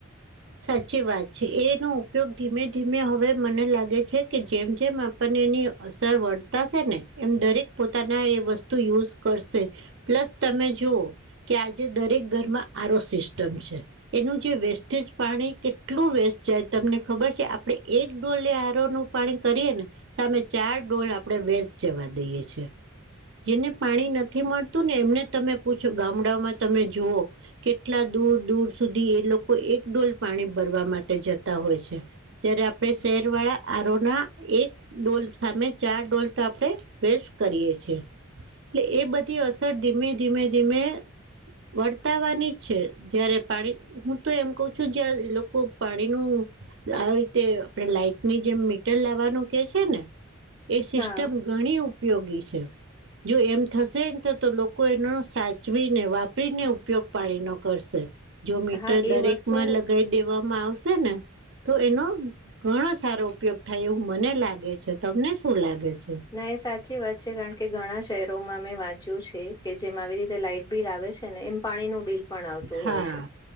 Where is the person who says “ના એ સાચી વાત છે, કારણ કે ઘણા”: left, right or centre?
Left